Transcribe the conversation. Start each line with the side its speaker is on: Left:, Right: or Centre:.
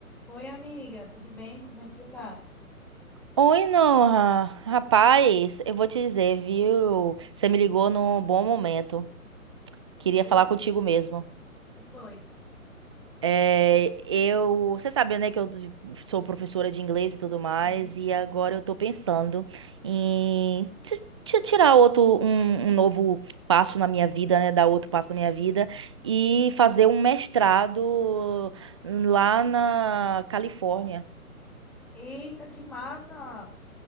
Centre: Oi, amiga, tudo bem? Como é que você tá?
Right: Oi, Noah. Rapaz, eu vou te dizer, viu? Você me ligou num bom momento. Queria
Centre: Oi?
Right: falar contigo mesmo.
Centre: Que foi?
Right: É, eu, você sabe, né, que eu sou professora de inglês e tudo mais,
Centre: Sim.
Right: e agora eu tô pensando em ti- ti- tirar outro, um, um novo passo na minha vida, né, dar outro passo na minha vida e fazer um mestrado lá na Califórnia.
Centre: Eita, que massa!